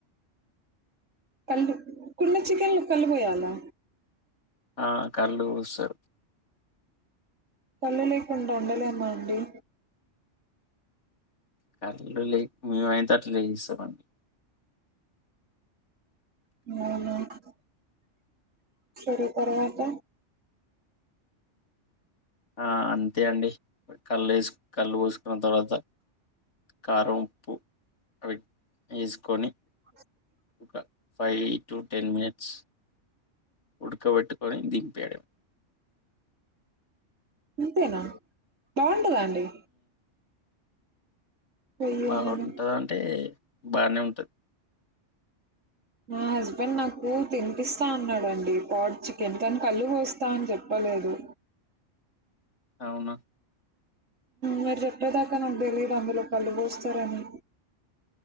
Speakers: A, on the right; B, on the left.
A: కళ్ళు కుండ చికెన్ కళపోయాలా
B: ఆ కళ్ళు పోస్తారు
A: కళ్ళు లేకుండా వండలేమా అండి
B: కళ్ళు లే మేము అయితే అట్లే చేస్తామండి
A: <unintelligible> సరే తరువాత
B: ఆ అంతే అండి కల్ ఎస్ కళ్ళు పోస్ దాన్ తర్వాత కారం ఉప్పు అవి వేసుకొని
A: అ
B: ఒక ఫైవ్ టు టెన్ మినిట్స్ ఉడకబెట్టుకొని దింపేయాడంమే
A: ఇంతేనా <unintelligible> <unintelligible> అండి అయ్యో!
B: బాగుంటదంటే
A: నేను
B: బాగానే ఉంటది
A: మా హస్బెండ్ నాకు తినిపిస్తా అన్నాడండి పాడ్ చికెన్ తను కల్లు పోస్తా అని చెప్పలేదు
B: అవునా
A: మీరు చెప్పేదాకా నాకు తెలీదు అందులో కల్లు పోస్తారని